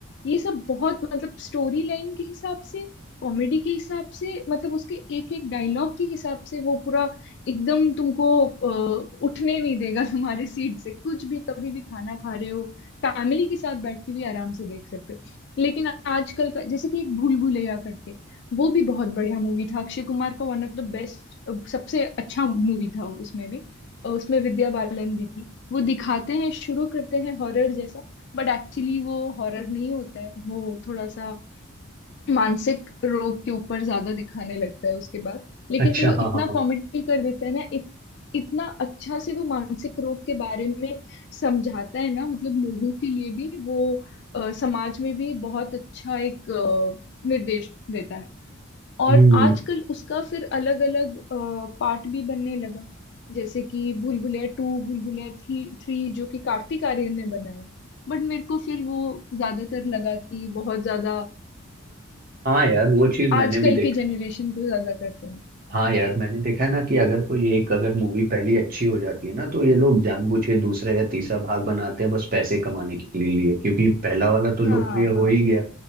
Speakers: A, on the left; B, on the right.
A: ये सब बहुत मतलब स्टोरी लाइन के हिसाब से कॉमेडी के हिसाब से मतलब उसके एक एक डायलॉग के हिसाब से वो पूरा एकदम तुमको अ, उठने नहीं देगा तुम्हारे सीट से कुछ भी कभी भी खाना खा रहे हो फैमिली के साथ बैठ के भी आराम से देख सकते हो। लेकिन आजकल का जैसे कि एक भूल भुलैया करके वो भी बहुत बढ़िया मूवी था अक्षय कुमार का वन ऑफ द बेस्ट सबसे अच्छा मूवी था उसमें भी अ, उसमें विद्या बालन भी थी वो दिखाते हैं शुरू करते हैं हॉरर जैसा बट एक्चुअली वो हॉरर नहीं होता है वो थोड़ा सा मानसिक रोग के ऊपर ज्यादा दिखाने लगता है उसके बाद लेकिन
B: अच्छा
A: वो
B: हाँ
A: इतना
B: हाँ हाँ
A: कॉमेडी कर देता है ना इत, इतना अच्छा से वो मानसिक रोग के बारे में समझाता है ना मतलब लोगों के लिए भी वो अ, समाज में भी बहुत अच्छा एक अ, निर्देश देता है और
B: हम्म
A: आजकल उसका फिर अलग अलग पार्ट भी बनने लगा जैसे कि भूल भुलैया टू भूल भुलैया थ्री थ्री जो कि कार्तिक आर्यन ने बनाया बट मेरे को फिर वो ज्यादातर लगा कि बहुत ज्यादा
B: हाँ यार वो चीज
A: आजकल
B: मैंने भी देखा
A: के जनरेशन
B: है
A: को ज्यादा करते हैं
B: हाँ यार मैंने देखा है ना कि अगर कोई एक अगर मूवी पहली अच्छी हो जाती है ना तो ये लोग जानबूझ के दूसरा या तीसरा भाग बनाते हैं बस पैसे कमाने के लिए क्योंकि पहला वाला तो लोकप्रिय
A: हाँ
B: हो
A: हाँ
B: ही गया